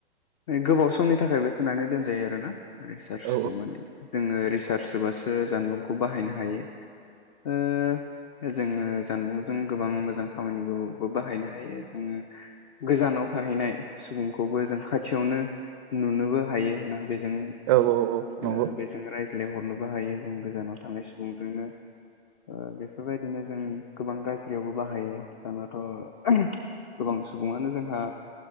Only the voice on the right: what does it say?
औ
औ औ औ नंगौ